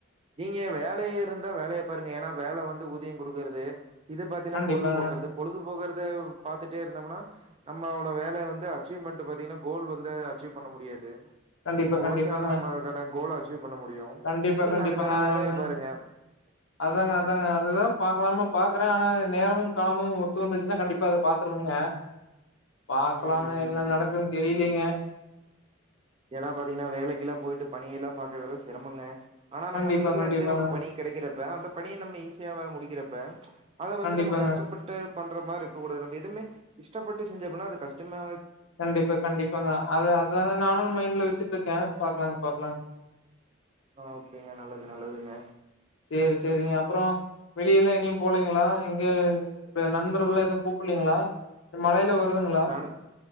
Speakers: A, on the right; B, on the left.
A: நீங்க வேலைய இருந்தா வேலைய பாருங்க ஏன்னா வேல வந்து ஊதியங் குடுக்கறது இது பாத்தீனா
B: கண்டிப்பாங்க
A: பொழுதுபோக்குறது பொழுதுபோக்குறத பாத்துட்டே இருந்தோம்னா நம்மளோட வேலைய வந்து அச்சீவ்மெண்ட் பார்த்தீங்கனா கோல் வந்து அச்சீவ் பண்ண முடியாது
B: கண்டிப்பா
A: நம்ம
B: கண்டிப்பாங்க
A: உழச்சாதா நம்மளுக்கான கோல் அச்சீவ் பண்ண முடியு
B: கண்டிப்பா
A: இப்ப நீங்க
B: கண்டிப்பாங்க
A: அது அதுக்கான
B: அதனாலதாங்க
A: வேலைய பாருங்க
B: அதாங்க
A: ம்
B: அதாங்க அதுதா பாக்கலாம பாக்குற ஆனா நேரு காலமு ஒத்து வந்துச்சுனா கண்டிப்பா அத பாத்துருவங்க பாக்லாங்க
A: ம்
B: என்ன
A: ம்.
B: நடக்குன் தெரிலிங்க
A: ஏன்னா பார்த்தீங்கன்னா வேலைக்கெல்லா போயிட்டு பணியெல்லா பாக்குரதுல்லா சிரமங்க ஆனா நம்ம
B: கண்டிப்பா
A: வீட்டுல
B: கண்டிப்பாங்க
A: இருந்தே ஒரு பணி கெடைக்கிறப்ப அந்த பணிய நம்ம ஈஸியா முடிக்கிறப்ப அத வந்து
B: கண்டிப்பாங்க
A: நம்ம கஷ்டப்பட்டு பண்ற மார் இருக்கூடாது நம்ம எதுமே இஷ்டப்பட்டு செஞ்ச அப்பட்னா அது கஷ்டமாவ
B: கண்டிப்பா கண்டிப்பாங்க அது அதாங்க நானு மைண்ட்ல வச்சுட்ருக்கே பாக்லாங் பாக்லாங்க
A: ஆ ஓகேங்க நல்லது நல்லதுங்க
B: செரி செரிங்க அப்புறோ வெளியெல்லா எங்கேயு போலீங்களா எங்க இப்ப நண்பர்களா எது கூப்புலீங்ளா மழையில வருதுங்ளா
A: அ